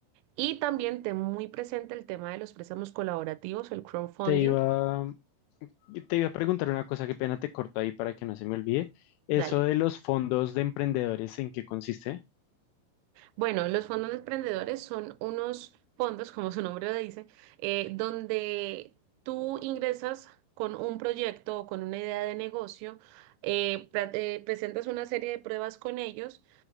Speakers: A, on the right (about 85°); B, on the left (about 80°).
A: Y también ten muy presente el tema de los préstamos colaborativos, el crowdfunding.
B: Te iba, te iba a preguntar una cosa, qué pena te corto ahí para que no se me olvide.
A: Dale.
B: Eso de los fondos de emprendedores, ¿en qué consiste?
A: Bueno, los fondos de emprendedores son unos fondos, como su nombre lo dice, eh, donde tú ingresas con un proyecto o con una idea de negocio, eh, pra- eh, presentas una serie de pruebas con ellos